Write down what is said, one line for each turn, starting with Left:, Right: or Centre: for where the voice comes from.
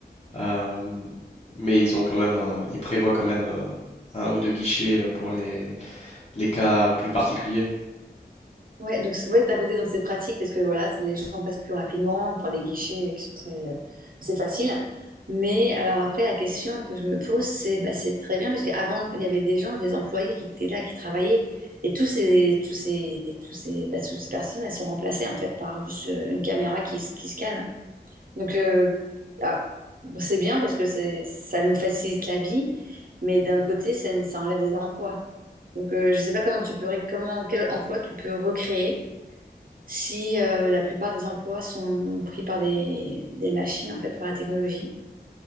Left: Euh, mais ils ont quand même un- ils prévoient quand même euh, un ou deux guichets euh, pour les, les cas plus particuliers.
Right: Ouais, donc c- ouais, d'un côté, donc c'est pratique parce que voilà, c'est- les gens passent plus rapidement par des guichets qui sont très. C'est facile. Mais alors après, la question que je me pose, c'est bah, c'est très bien parce qu'avant, il y avait des gens, des employés qui étaient là, qui travaillaient. Et tous ces, tous ces, tous ces, bah, toutes ces personnes, elles sont remplacées en fait par juste euh, une caméra qui, s- qui scanne. Donc euh, ah, bon, c'est bien parce que c'est, ça nous facilite la vie, mais d'un côté, ça, ça enlève des emplois. Donc euh, je sais pas comment tu peux, ré- comment, quel emploi tu peux recréer si euh, la plupart des emplois sont pris par des, des machines, en fait, par la technologie,